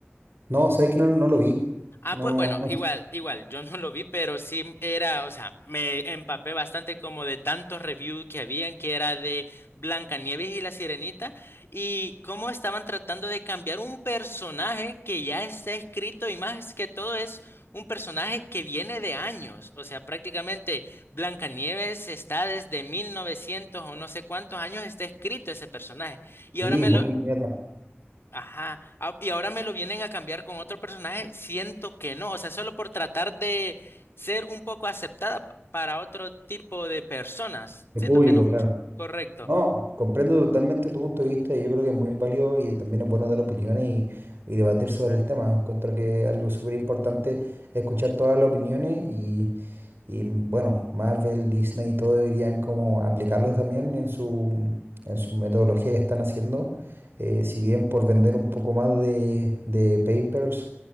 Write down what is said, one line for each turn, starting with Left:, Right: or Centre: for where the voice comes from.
Right: No, sabéis que no, no lo vi.
Left: Ah,
Right: No,
Left: pues bueno,
Right: no
Left: igual,
Right: sé.
Left: igual, yo no lo vi, pero sí era, o sea, me empapé bastante como de tantos reviews que habían, que era de Blancanieves y la Sirenita, y cómo estaban tratando de cambiar un personaje que ya está escrito y más que todo es un personaje que viene de años, o sea, prácticamente Blancanieves está desde 1900 o no sé cuántos años está escrito ese personaje, y
Right: Sí,
Left: ahora me
Right: muy,
Left: lo,
Right: muy atrás.
Left: Ajá, ah, y ahora me lo vienen a cambiar con otro personaje, siento que no, o sea, solo por tratar de ser un poco aceptada p- para otro tipo de personas,
Right: De
Left: siento
Right: público,
Left: que no mucho,
Right: claro.
Left: correcto.
Right: No, comprendo totalmente tu punto de vista y yo creo que es muy válido y también es bueno dar opiniones y, y debatir sobre el tema. Encuentro que algo súper importante es escuchar todas las opiniones y, y, mm, bueno, Marvel, Disney, todo deberían como aplicarlo también en su, en su metodología que están haciendo. Eh, si bien por vender un poco más de, de papers,